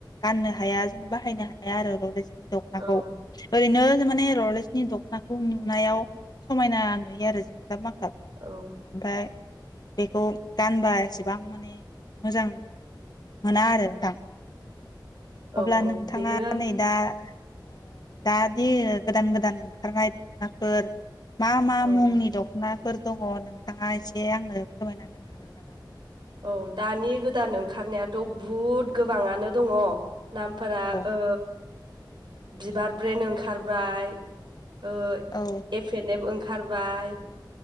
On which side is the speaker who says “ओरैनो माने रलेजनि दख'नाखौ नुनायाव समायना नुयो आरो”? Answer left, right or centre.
Left